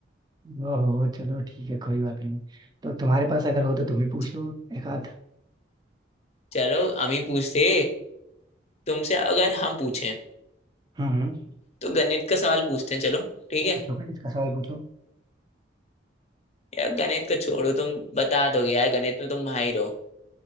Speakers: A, on the right (about 20°); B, on the left (about 35°).
A: ओहो चलो ठीक है कोई बात नहीं तो तुम्हारे पास अगर हो तो तुम ही पूछ
B: च-
A: लो एक आध
B: चलो हम ही पूछते तुमसे अगर हम पूछें
A: हम्म
B: तो गणित का सवाल पूछते हैं चलो ठीक है
A: पूछो गणित का सवाल पूछो
B: यार गणित का छोड़ो तुम बता दोगे यार गणित में तुम माहिर हो